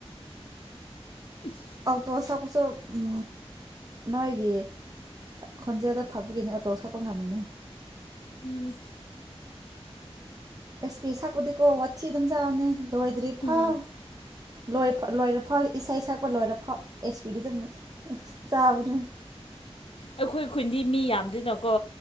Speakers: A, on the left; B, on the right.
A: ꯎꯝ <unintelligible>
B: ꯑꯜꯇꯣꯁ ꯁꯥꯛꯄꯁꯨ ꯑꯝ ꯅꯣꯏꯒꯤ ꯈꯣꯟꯖꯦꯜꯗ ꯐꯕꯒꯤꯅꯤ ꯑꯣꯇꯣ ꯁꯥꯛꯄ ꯉꯝꯃꯤꯅꯦ
A: ꯎꯝ
B: ꯑꯦꯁ ꯄꯤ ꯁꯛꯄꯗꯤꯀꯣ ꯋꯥꯊꯤ ꯑꯗꯨꯝ ꯆꯥꯕꯅꯦ ꯂꯣꯏꯗ꯭ꯔꯤ ꯐꯥꯎ
A: ꯎꯝ
B: ꯂꯣꯏ ꯂꯣꯏꯔ ꯐꯥꯎ ꯏꯁꯩ ꯁꯛꯄ ꯂꯣꯏꯔ ꯐꯥꯎ ꯑꯦꯁ ꯄꯥꯗꯤ ꯑꯗꯨꯝ ꯆꯥꯕꯅꯦ
A: ꯑꯩꯈꯣꯏ ꯈꯨꯟꯗꯤ ꯃꯤ ꯌꯥꯝꯗꯦꯅꯀꯣ